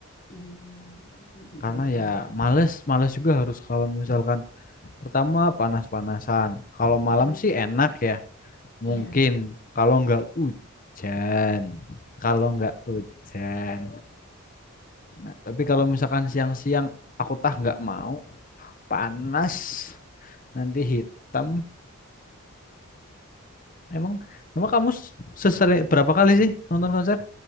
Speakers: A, on the left; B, on the left.
A: Hmm, mm, mm,
B: Karena
A: mm, ya
B: ya
A: Bang.
B: males, males juga harus kalau misalkan Pertama panas-panasan. Kalau
A: Mm,
B: malam
A: mm.
B: sih enak ya,
A: Iya,
B: Mungkin kalau nggak hujan, kalau nggak hujan. Nah, tapi kalau misalkan siang-siang aku tah nggak mau, panas, nanti hitam. Emang emang kamu sesering berapa kali sih nonton konser?